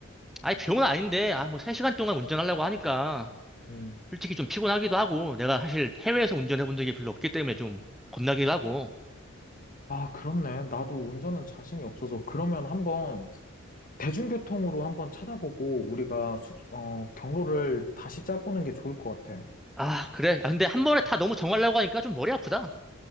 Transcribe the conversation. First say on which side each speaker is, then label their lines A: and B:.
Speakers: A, in the centre; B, on the left.
A: 아니, 병은 아닌데, 아, 뭐, 3시간 동안 운전하려고 하니까,
B: 음.
A: 솔직히 좀 피곤하기도 하고, 내가 사실 해외에서 운전해 본 적이 별로 없기 때문에 좀 겁나기도 하고.
B: 아, 그렇네. 나도 운전은 자신이 없어서, 그러면 한번 대중교통으로 한번 찾아보고, 우리가 숙, 어, 경로를 다시 짜보는 게 좋을 것 같아.
A: 아, 그래. 아, 근데 한 번에 다 너무 정하려고 하니까 좀 머리 아프다.